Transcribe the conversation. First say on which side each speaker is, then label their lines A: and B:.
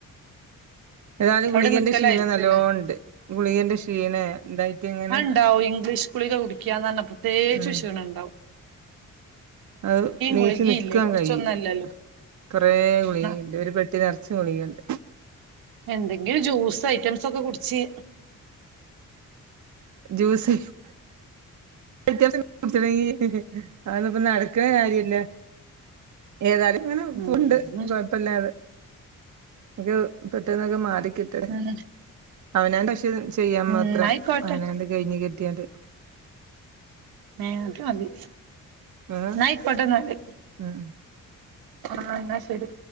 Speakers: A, on the right; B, on the right.
A: ഏതാലും
B: അവിടെ
A: ഗുളികന്റെ
B: നിക്കലായിരിക്കുംല്ലേ
A: ക്ഷീണം നല്ലണ്ട് ഗുളികന്റെ ക്ഷീണ എന്തായിട്ട് ഇങ്ങനെ.
B: അഹ് ണ്ടാവും ഇംഗ്ലീഷ് ഗുളിക കുടിക്കന്ന് പറഞ്ഞ പ്രത്യേകിച്ചും
A: ഉം
B: ക്ഷീണഇണ്ടാവും
A: ആഹ് നച്ചു
B: ഗുളികയില്ലേ
A: നിക്കാൻ
B: കുറച്ചൊന്നല്ലല്ലോ
A: കയില്ല കുറെേ ഗുളിയിണ്ട്
B: ആ
A: ഒരു പെട്ടി നിറച്ചു ഗുളിയിണ്ട്
B: എന്തെങ്കിലും ജ്യൂസ് ഐറ്റംസൊക്കെ കുടിച്ച്
A: ജ്യൂസ് കുറച്ചുസം കുടിക്കാണങ്കി അതന്നപ്പോ നടക്കണ കാര്യല്ല ഏതായാലും ഇങ്ങനെ
B: ഉം
A: പോണുണ്ട്
B: ഉം
A: കൊയപ്പല്ലാതെ ഒക്കെ പെട്ടന്നൊക്കെ മാറിക്കിടട്ടെ
B: ഉം
A: അവനന്റെ ഇഷ് ചെയ്യാൻ
B: എന്നായിക്കോട്ടെ
A: മാത്രം അവനന്റെ കഴിഞ്ഞ് കിട്ടിയാല്
B: എഹ് അത് മതി
A: ഏഹ്
B: ന്നാ ആയിക്കോട്ടെ ന്നാല്
A: ഉം
B: ആഹ് എന്നാ ശെരി